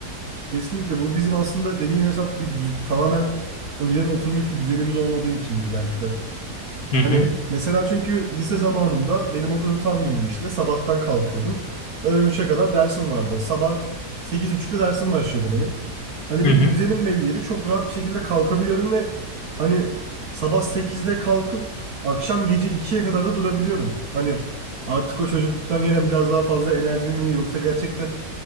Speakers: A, on the right; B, on the left.
A: Kesinlikle bu bizim aslında dediğin hesap bir düz- tamamen önceden oturmuş bir düzenimiz olmadığı içindir belki de.
B: Hı hı,
A: Hani mesela çünkü lise zamanımda benim okulum tam gündü işte sabahtan kalkıyordum. Öğlen 3'e kadar dersim vardı. Sabah sekiz buçukta dersim başlıyordu benim. Hani
B: hı
A: benim
B: hı.
A: düzenim belliydi. Çok rahat bir şekilde kalkabiliyordum ve hani sabah sekizde kalkıp akşam gece ikiye kadar da durabiliyordum. Hani artık o çocukluktan gelen biraz daha fazla enerji mi yoksa gerçekten